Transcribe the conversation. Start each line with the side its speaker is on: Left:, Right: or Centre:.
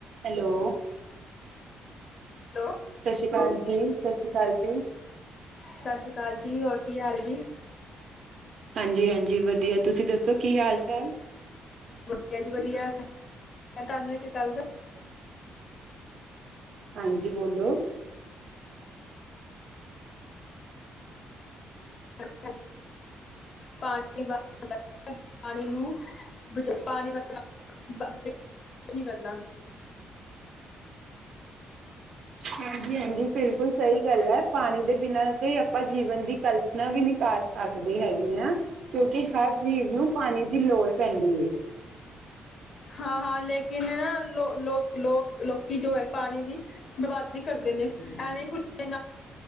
Right: Hello
Left: hello.
Right: ਸਤਿ ਸ਼੍ਰੀ ਅਕਾਲ ਜੀ ਸਤਿ ਸ਼੍ਰੀ ਅਕਾਲ ਜੀ।
Left: ਸਤਿ ਸ਼੍ਰੀ ਅਕਾਲ ਜੀ ਹੋਰ ਕੀ ਹਾਲ ਜੀ
Right: ਹਾਂਜੀ ਹਾਂਜੀ ਵਧੀਆ ਤੁਸੀਂ ਦੱਸੋ ਕੀ ਹਾਲ ਚਾਲ?
Left: ਵਧੀਆ ਜੀ ਵਧੀਆ ਮੈਂ ਤੁਹਾਨੂੰ ਇਕ ਗੱਲ ਦੱਸਾ
Right: ਹਾਂਜੀ, ਬੋਲੋ।
Left: <inaudible> ਬਾਲਟੀ ਵ ਪਾਣੀ ਨੂੰ ਵਿਚ ਪਾਣੀ ਵਾ। ਬਾਪ ਨੇ ਕੁਛ ਨੀ ਕਰਨਾ।
Right: ਹਾਂਜੀ, ਹਾਂਜੀ ਬਿਲਕੁਲ ਸਹੀ ਗੱਲ ਹੈ, ਪਾਣੀ ਦੇ ਬਿਨਾਂ, ਤੇ ਆਪਾਂ ਜੀਵਨ ਦੀ ਕਲਪਨਾ ਵੀ ਨਹੀਂ ਕਰ ਸਕਦੇ। ਆਗਦੇ ਹੈਗੀ ਆ, ਕਿਉਂਕਿ ਹਰ ਜੀਵ ਨੂੰ ਪਾਣੀ ਦੀ ਲੋੜ ਪੈਂਦੀ ਏ। <unintelligible>
Left: ਹਾਂ, ਹਾਂ ਲੇਕਿਨ ਨ ਲੋ ਲੋਕ, ਲੋਕ, ਲੋਕੀ ਜੋ ਹੈ ਪਾਣੀ ਦੀ ਬਰਬਾਦੀ ਕਰਦੇ ਨੇ, ਐਵੇਂ ਕੁੜੀ